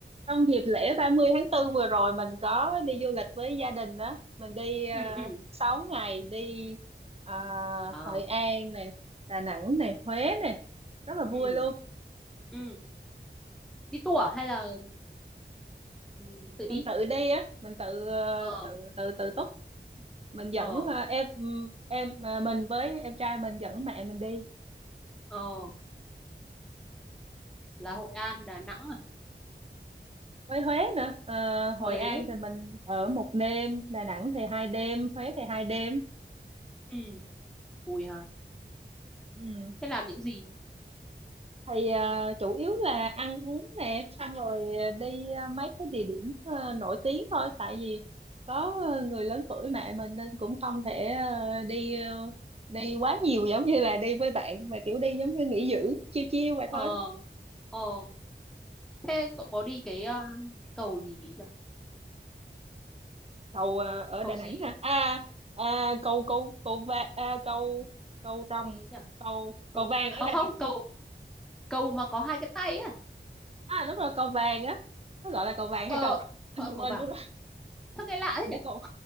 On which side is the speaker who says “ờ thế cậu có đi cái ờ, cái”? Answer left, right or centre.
Centre